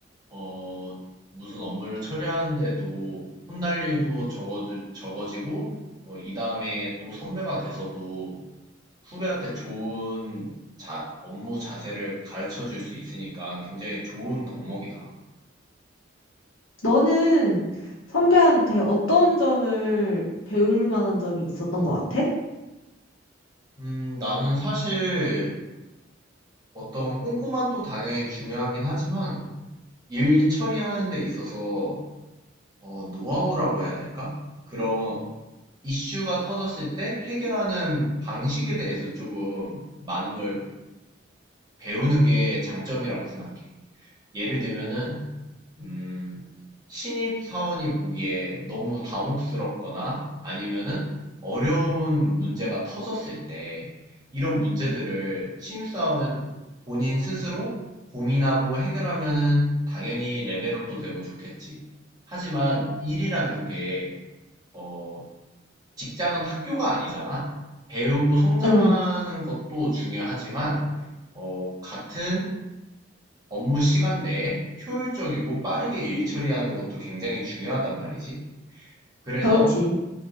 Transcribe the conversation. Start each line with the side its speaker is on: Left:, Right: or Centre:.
Right: 어, 무슨 업무를 처리하는데도 혼날 일도 적어, 적어지고 어, 이 다음에 또 선배가 돼서도 후배한테 좋은 자, 업무 자세를 가르쳐 줄 수 있으니까 굉장히 좋은 덕목이다.
Left: 너는 선배한테 어떤 점을 배울 만한 점이 있었던 것 같아?
Right: 음, 나는 사실 어떤 꼼꼼함도 당연히 중요하긴 하지만 일 처리하는 데 있어서 어, 노하우라고 해야 될까? 그런 이슈가 터졌을 때 해결하는 방식에 대해서 조금 많은 걸 배우는 게 장점이라고 생각해. 예를 들면은, 음, 신입 사원이 보기에 너무 당혹스럽거나 아니면은 어려운 문제가 터졌을 때 이런 문제들을 신입 사원 본인 스스로 고민하고 해결하면은 당연히 레벨업도 되고 좋겠지. 하지만 일이라는 게 어, 직장은 학교가 아니잖아. 배우고 성장하는
Left: 응,
Right: 것도 중요하지만, 어, 같은 업무 시간 내에 효율적이고 빠르게 일 처리하는 것도 굉장히 중요하단 말이지. 그래서,
Left: 그렇지.